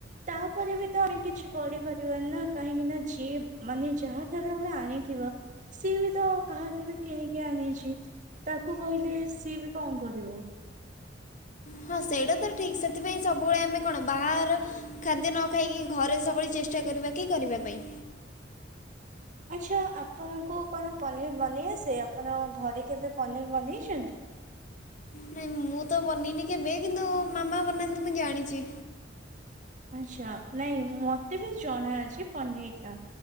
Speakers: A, on the right (about 40°); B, on the left (about 40°).
A: ତାପରେ ବି ତ ଆମେ କିଛି କରିପାରିବି ନା କାହିଁକି ନା ଯିଏ ମାନେ ଯାହାଠାରୁ ଆମେ ଆଣିଥଥିବା ସିଏ ବି ତ କାହାଠାରୁ କିଣିକି ଆଣିଛି ତାକୁ କହିଲେ ସିଏ ବି କଁ କରିବ।
B: ହଁ ସେଇଟା ତ ଠିକ୍ ସେଥିପାଇଁ ସବୁବେଳେ ଆମେ କଣ ବାହାର ଖାଦ୍ୟ ନ ଖାଇକି ଘରେ ସବୁଳେ ଚେଷ୍ଟା କରିବା କି କରିବା ପାଇଁ।
A: ଆଚ୍ଛା ଆପଣଙ୍କୁ କଣ ପନିର୍ ବନେଇ ଆସେ ଆପଣ ଘରେ କେବେ ପନିର୍ ବନେଇଛନ୍ତି?
B: ନାଇଁ ମୁଁ ତ ବନେଇନି କେବେ କିନ୍ତୁ ମାମା ବନାନ୍ତି ମୁୁଁ ଜାଣିଚି।
A: ଆଛା ନାଇଁ ମତେ ବି ଜଣା ଅଛି ପନିର୍ ଟା।